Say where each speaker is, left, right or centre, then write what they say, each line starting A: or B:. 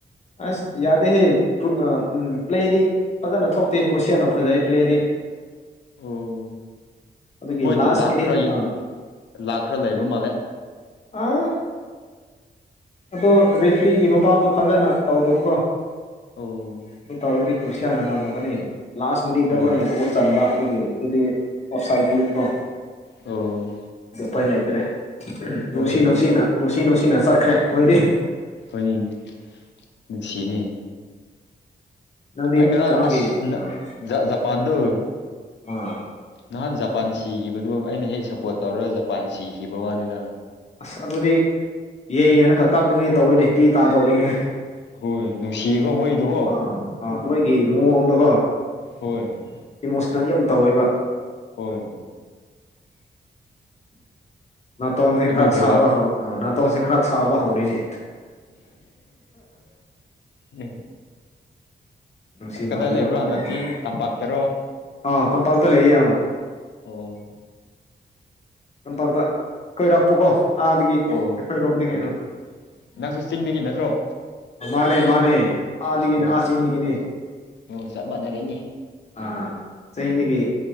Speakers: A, on the left (about 40°); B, on the left (about 80°).
A: ꯑꯁ ꯌꯥꯗꯦꯍꯦ <unintelligible> ꯄ꯭ꯂꯦꯗꯤ ꯐꯖꯅ ꯊꯣꯛꯇꯦꯀꯣ ꯁꯤꯌꯥꯅ ꯐꯖꯩ ꯄ꯭ꯂꯦꯗꯤ
B: ꯑꯣ
A: ꯑꯗꯨꯒꯤ
B: ꯃꯣꯏꯗꯣ
A: ꯂꯥꯁ
B: ꯂꯥꯛ
A: ꯃꯤꯅꯤꯠ
B: ꯈꯔ
A: ꯑꯥ
B: ꯂꯥꯛ ꯈꯔ ꯂꯩꯕ ꯃꯥꯜꯂꯦ
A: ꯑꯥ ꯑꯗꯣ ꯔꯦꯐ꯭ꯔꯤꯒꯤ ꯅꯨꯄꯥꯗꯣ ꯐꯥꯖꯅ ꯇꯧꯗꯕꯀꯣ
B: ꯑꯣ
A: ꯑꯗꯨ ꯇꯧꯔꯗꯤ <unintelligible> ꯉꯝꯃꯛꯀꯅꯤ ꯂꯥꯁ ꯃꯤꯅꯤꯠꯗ
B: ꯑꯣ
A: ꯃꯣꯏꯅ ꯒꯣꯜ ꯆꯟꯕ ꯑꯗꯨꯒꯤꯅꯤ ꯑꯗꯨꯗꯤ ꯑꯣꯞꯁꯥꯏꯠ ꯆꯤꯡꯗ꯭ꯔꯣ
B: ꯑꯣ
A: ꯎꯄꯥꯏ ꯂꯩꯇ꯭ꯔꯦ ꯎꯝ ꯅꯨꯡꯁꯤ
B: ꯑꯣ
A: ꯅꯨꯡꯁꯤꯅ ꯅꯨꯡꯁꯤ ꯅꯨꯡꯁꯤꯅ ꯆꯠꯈ꯭ꯔꯦ ꯃꯣꯏꯗꯤ
B: ꯎꯪ ꯅꯨꯡꯁꯤꯅꯤ
A: ꯅꯪꯗꯤ
B: ꯑꯩ ꯉꯔꯥꯡ
A: ꯀꯩꯅꯣꯒꯤ
B: ꯑꯁ ꯅꯥ
A: ꯑꯥ
B: ꯖꯥ ꯖꯄꯥꯟꯗꯨ
A: ꯑꯥ
B: ꯅꯍꯥꯟ ꯖꯄꯥꯟ ꯁꯤꯈꯤꯕꯗꯨ ꯑꯩꯅ ꯍꯦꯛ ꯁꯞꯄꯣꯔꯠ ꯇꯧꯔꯒ ꯖꯄꯥꯟ ꯁꯤꯈꯤꯕ ꯋꯥꯅꯤꯗ
A: ꯑꯁ ꯑꯗꯨꯗꯤ ꯌꯦꯡ ꯌꯦꯡꯅꯒ ꯀꯞꯅꯤꯡꯉꯥꯏ ꯇꯧꯋꯤꯅꯦ ꯄꯤ ꯇꯥꯗꯧꯔꯤꯅꯦ
B: ꯍꯣꯏ ꯅꯨꯡꯁꯤꯌꯦꯀꯣ ꯃꯣꯏꯗꯨꯀꯣ
A: ꯑꯥ ꯑꯥ ꯃꯣꯏꯒꯤ ꯃꯑꯣꯡꯗꯣꯀꯣ
B: ꯍꯣꯏ
A: ꯏꯃꯣꯁꯅꯦꯜ ꯌꯥꯝ ꯇꯧꯋꯦꯕꯥ
B: ꯍꯣꯏ
A: ꯅꯥꯇꯣꯟꯁꯦ
B: ꯑꯗꯨꯒ
A: ꯀ꯭ꯔꯛ ꯁꯥꯕ ꯍꯧ ꯑꯥ ꯅꯥꯇꯣꯟꯁꯦ ꯈꯔ ꯁꯥꯕ ꯍꯧꯔꯦꯅꯦ
B: ꯎꯝ
A: ꯅꯨꯡꯁꯤ
B: ꯀꯗꯥꯏ
A: ꯃꯟꯕꯒꯤ
B: ꯂꯩꯕ꯭ꯔ
A: ꯎꯄꯥꯏ
B: ꯍꯟꯗꯛꯇꯤ
A: ꯂꯩꯇꯦ
B: ꯇꯝꯄꯥꯛꯇꯔꯣ
A: ꯑꯥ ꯇꯝꯄꯥꯛꯇ ꯂꯩꯌꯦ ꯑꯣ
B: ꯑꯣ
A: ꯀꯝꯄꯥꯛꯇ ꯀꯣꯏꯔꯛꯄꯀꯣ ꯑꯥꯗꯒꯤ
B: ꯑꯣ
A: ꯑꯩꯈꯣꯏꯔꯣꯝꯗꯒꯤ
B: ꯑꯣ
A: ꯑꯥ
B: ꯅꯪꯁꯨ ꯆꯤꯡꯗꯒꯤ ꯅꯠꯇ꯭ꯔꯣ
A: ꯃꯥꯅꯦ ꯃꯥꯅꯦ ꯑꯥꯗꯒꯤꯅꯦ
B: ꯑꯣ ꯆ-
A: ꯑꯥ ꯆꯤꯡꯗꯒꯤꯅꯦ
B: ꯑꯣ ꯆꯞ ꯃꯥꯟꯅꯥꯔꯦꯅꯦ
A: ꯑꯥ ꯆꯤꯡꯗꯒꯤ